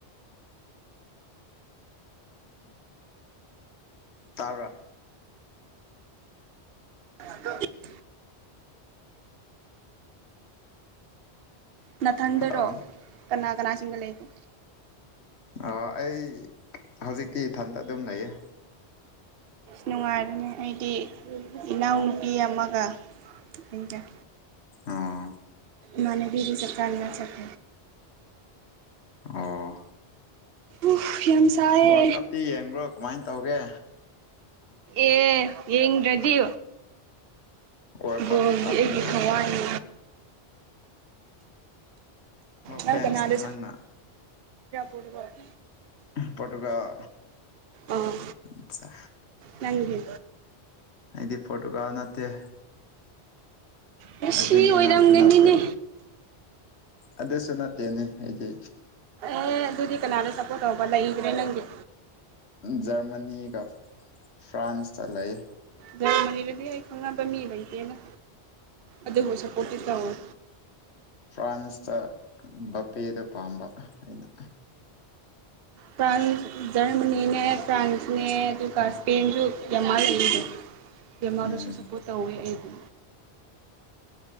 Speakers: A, on the left (about 75°); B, on the right (about 65°).
A: ꯇ
B: <inaudible> ꯅꯥꯊꯟꯗꯔꯣ
A: ꯍꯜꯂꯣ
B: ꯀꯅꯥ ꯀꯅꯥꯁꯤꯡꯒ ꯂꯩꯒꯦ
A: ꯑ ꯑꯩ ꯍꯧꯖꯤꯛꯤ ꯏꯊꯟꯗ ꯑꯗꯨꯝ ꯂꯩꯌꯦ
B: ꯅꯨꯡꯉꯥꯏꯕꯅꯤ ꯑꯩꯗꯤ ꯏꯅꯥꯎꯅꯨꯄꯤ ꯑꯃꯒ ꯊꯦꯡ <unintelligible>
A: ꯑꯣ
B: ꯃꯅꯕꯤꯒꯤ ꯆꯞ ꯆꯥꯔꯅ ꯆ <inaudible>
A: ꯑꯣ
B: ꯎꯐ ꯌꯥꯝ ꯁꯥꯏꯌꯦ
A: ꯋꯥꯔ ꯀꯞꯇꯤ ꯌꯦꯡꯕ꯭ꯔꯣ ꯀꯃꯥꯏ ꯇꯧꯒꯦ
B: ꯑꯦ ꯌꯦꯡꯗ꯭ꯔꯗꯤ
A: ꯋꯥꯔ ꯀꯞ
B: ꯕꯣꯜꯗꯤ
A: ꯇꯝꯅꯤꯅ
B: ꯑꯩꯒꯤ ꯊꯋꯥꯏꯅꯤ ꯅꯗꯔꯣ
A: ꯐꯦꯟꯁꯅꯣ ꯅꯪꯅ
B: <inaudible>
A: ꯄꯣꯇꯨꯒꯜ
B: ꯑꯥ
A: ꯑꯆꯥ
B: ꯅꯪꯗꯤ
A: ꯍꯥꯏꯗꯤ ꯄꯣꯔꯇꯨꯒꯜ ꯅꯠꯇꯦ
B: ꯃꯦꯁꯤ
A: ꯑꯔꯖꯦꯟꯇꯤꯅꯥꯁꯨ
B: ꯑꯣꯏꯔꯝꯒꯅꯤꯅꯦ
A: ꯅꯇꯦ ꯑꯗꯨꯁꯨ ꯅꯠꯇꯦꯅꯦ ꯑꯩꯗꯤ
B: ꯑꯦ ꯑꯗꯨꯗꯨꯗꯤ ꯀ ꯅꯅꯥꯦ ꯁꯄꯣꯔꯠ ꯍꯕꯂ <unintelligible> ꯏ꯭ꯔꯦ ꯅꯪꯒ
A: ꯖꯔꯃꯅꯤꯒ ꯐ꯭ꯔꯥꯟꯁꯇ ꯂꯩ
B: ꯖꯔ ꯃꯅꯤꯔꯗꯤ ꯑꯩ ꯈꯪꯅꯕ ꯃꯤ ꯂꯩꯇꯦꯅ ꯑꯗ ꯍꯣ ꯁꯄꯣꯔꯠ ꯇꯑꯣꯣ
A: ꯐ꯭ꯔꯥꯟꯁꯇ ꯕꯄꯦꯗꯣ ꯄꯥꯝꯕ ꯑꯩꯅ
B: ꯐ꯭ꯔꯥꯟꯁ ꯖꯔꯃꯅꯤꯅꯦ ꯐ꯭ꯔꯥꯟꯁꯅꯦ ꯑꯗꯨꯒ ꯏꯁꯄꯦꯟꯁꯨ ꯌꯥꯝ ꯃꯥ ꯂꯩꯁꯦ ꯦꯃꯥꯗꯁꯨ
A: ꯎꯝ
B: ꯁꯞꯄꯣꯔꯠ ꯇꯧꯋꯦ ꯑꯩꯗꯤ